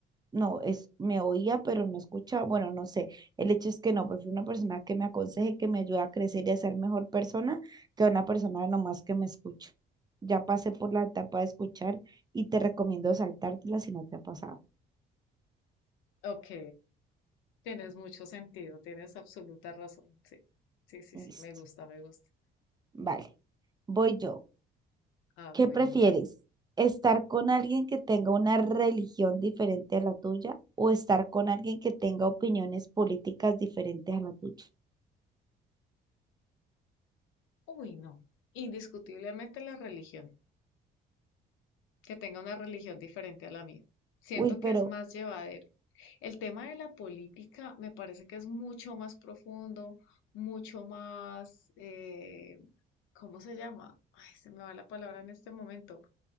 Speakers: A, on the right; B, on the left.
A: No, es, me oía, pero no escuchaba, bueno, no sé. El hecho es que no, prefiero una persona que me aconseje, que me ayude a crecer y a ser mejor persona, que una persona nomás que me escuche. Ya pasé por la etapa de escuchar y te recomiendo saltártela si no te ha pasado.
B: Ok, tienes mucho sentido, tienes absoluta razón. Sí, sí, sí,
A: Listo.
B: sí, me gusta, me gusta.
A: Vale, voy yo.
B: A
A: ¿Qué
B: ver.
A: prefieres? ¿Estar con alguien que tenga una religión diferente a la tuya o estar con alguien que tenga opiniones políticas diferentes a la tuya?
B: Uy, no. Indiscutiblemente la religión, que tenga una religión diferente a la mía. Siento
A: Uy, pero...
B: que es más llevadero. El tema de la política me parece que es mucho más profundo, mucho más, eh, ¿cómo se llama? Ay, se me va la palabra en este momento.